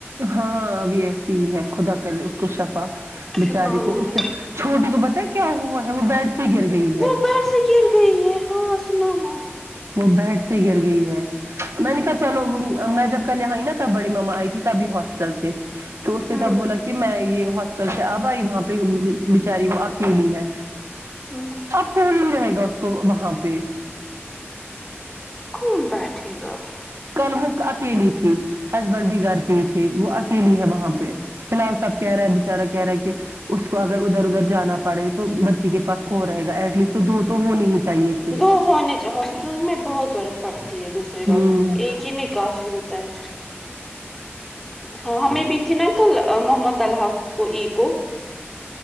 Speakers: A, on the right; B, in the centre.
A: ہاں ابھی ایسی ہی ہے خدا کر اس کو شفا بچاری
B: شفا ملے
A: کو اس چھوٹی کو پتا ہے کیا ہوا ہے وہ بیڈ سے گر گئی ہے
B: وہ بیڈ سے گر گئی ہے ہاں سنا میں نے
A: وہ بیڈ سے گر گئی ہے میں نے کہا چلو میں جب کل یہاائی نا تب بڑی ماما آئی تھی تبھی ہاسٹل سے تو اس نے تب
B: ہوں
A: بولا کہ میں یہ ہاس پیٹل سے اب آئی وہاں پہ بچاری وہ اکیلی ہے
B: ہمم
A: اب کون نہیں رہے گا اس کو وہاں پہ
B: کون بیٹھے گا
A: کل وہ اکیلی تھی ہسبینڈ بھی گھر پہ ہی تھے وہ اکیلی ہے وہاں پہ فی الحال سب کہہ رہا ہے بےچارہ کہہ رہا ہے کہ اس کو اگر ادھر ادھر جانا پڑے گا تو بچی کے پاس کون رہے گا ایٹ لیسٹ دو تو ہونی ہی چاہیے تھے
B: دو ہونے چاہو ہاسپٹل میں بہت ضرورت پڑتی ہے دوسرے بندے
A: ہوں
B: کی ایک ہی نہیں کافی ہوتا ہے ہاں ہمیں بھی تھنکل محمد الحق کو ای کو